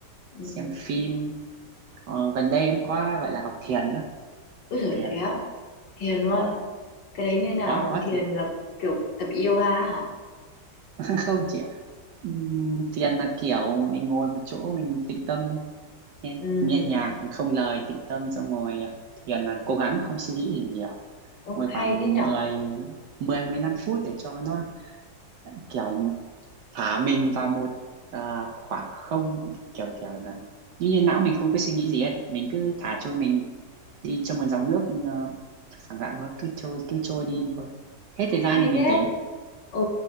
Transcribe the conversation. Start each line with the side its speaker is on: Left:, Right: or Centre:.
Left: ừ.
Right: xem phim Ờ, gần đây em có gọi là học thiền nữa
Left: Úi
Right: học
Left: giời
Right: thiền
Left: thế á thiền luôn
Right: vâng
Left: cái đấy như nào
Right: có có
Left: thiền
Right: thì
Left: là kiểu tập yoga á hả
Right: <laughs> không chị ạ Ừm, thiền là kiểu mình ngồi một chỗ mình tĩnh tâm nghe,
Left: ừ
Right: nghe nhạc không lời tĩnh tâm xong ngồi à, thiền là cố gắng không suy nghĩ gì nhiều
Left: ô
Right: ngồi
Left: hay
Right: khoảng
Left: thế nhở
Right: mười mười mười 15 phút để cho nó kiểu thả mình vào một à, khoảng không kiểu kiểu là như như não mình không có suy nghĩ gì ấy mình cứ thả trôi mình đi trong một dòng nước uh, phẳng lặng thôi cứ trôi cứ trôi đi thôi hết
Left: ôi
Right: thời gian
Left: hay
Right: thì mình
Left: thế
Right: tỉnh
Left: ừ